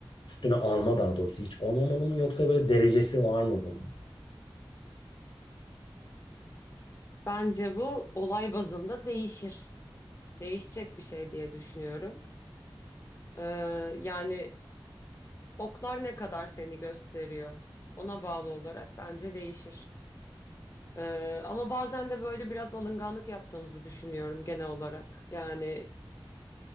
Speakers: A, on the left; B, on the left.
A: Üstüne alma daha doğrusu hiç olmamalı mı yoksa böyle derecesi var mı bunun?
B: Bence bu olay bazında değişir. Değişecek bir şey diye düşünüyorum. E, yani oklar ne kadar seni gösteriyor ona bağlı olarak bence değişir. E, ama bazen de böyle biraz alınganlık yaptığımızı düşünüyorum genel olarak. Yani